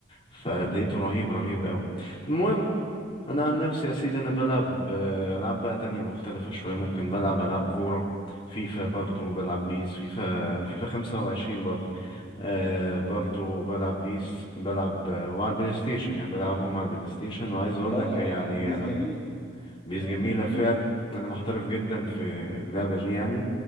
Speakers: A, on the left; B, in the centre.
A: فلقيته رهيب رهيب قوي المهم انا عن نفسي يا سيدي انا بلعب آه، العاب بقى تانية مختلفة شوية ممكن بلعب العاب كورة فيفا برضو بلعب بيس فيفا فيفا 25 برضو آه برضو بلعب بيس بلعب آه، وعلى البلاي ستيشن يعني بلعبهم على البلاي ستيشن وعايز اقول
B: اه
A: لك يعني
B: اه بيس
A: انا
B: جميلة
A: بيس
B: اه
A: جميلة
B: بيس جميلة
A: فعلا أنا محترف جدا في اللعبة دي يعني